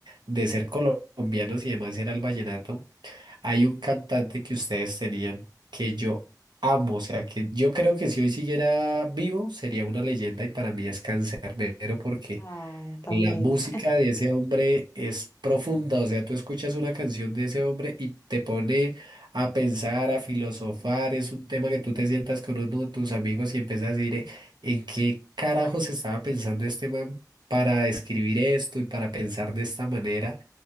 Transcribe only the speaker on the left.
Ay, tan
bello.